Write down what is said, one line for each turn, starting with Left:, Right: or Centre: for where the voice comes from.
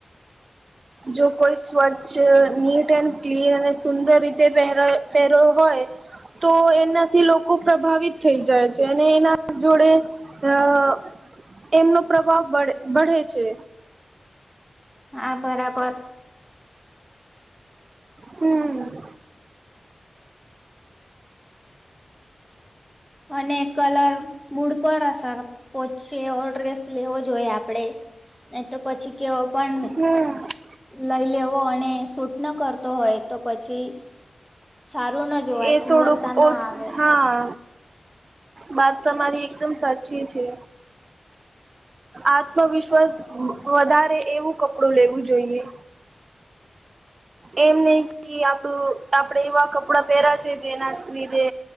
Right: જો કોઈ સ્વચ્છ, નીટ એન્ડ ક્લીન અને સુંદર રીતે પહેરો-પહેરો હોય તો એનાથી લોકો પ્રભાવિત થઈ જાય છે, અને એના જોડે અહ એમનો પ્રભાવ બળ બઢે છે.
Centre: હા બરાબર.
Right: હમ્મ.
Centre: અને કલર મૂડ પર અસર પહોચેં એવો ડ્રેસ લેવો જોઈએ આપડે. નહીં તો પછી કેવો પન
Right: હમ
Centre: લઈ લેવો અને સૂટ નો કરતો હોય તો પછી સારું ના જોવાય
Right: એ
Centre: સુંદરતા
Right: થોડુંક
Centre: ન
Right: ઓછ
Centre: આવે
Right: હા. વાત તમારી એકદમ સાચી છે. આત્મવિશ્વાસ વધારે એવું કપડું લેવું જોઈએ. એમ નહીં કી આપડું આપડે એવા કપડાં પહેરા છે જેના લીધે